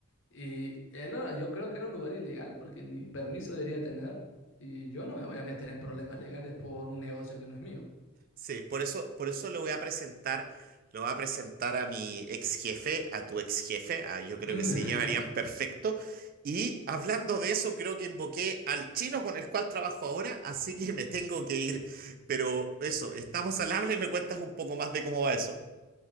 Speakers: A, on the left (about 60°); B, on the right (about 45°).
A: Y él era- yo creo que era un lugar ilegal porque ni permiso debería tener. Y yo no me voy a meter en problemas legales por un negocio que no es mío.
B: Sí, por eso, por eso lo voy a presentar, lo voy a presentar a mi ex jefe, a tu ex jefe, a- yo creo
A: <laughs>
B: que se llevarían perfecto. Y hablando de eso, creo que invoqué al chino con el cual trabajo ahora, así que me tengo que ir. Pero eso, estamos al habla y me cuentas un poco más de cómo va eso.